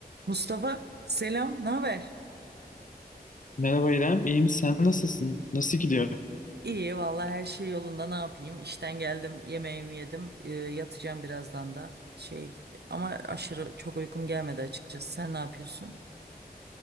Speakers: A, on the right; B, on the left.
A: Mustafa selam, ne haber?
B: Merhaba İrem, iyiyim. Sen nasılsın? Nasıl gidiyor?
A: İyi vallahi her şey yolunda ne yapayım? İşten geldim, yemeğimi yedim, e, yatacağım birazdan da şey ama aşırı çok uykum gelmedi açıkçası. Sen ne yapıyorsun?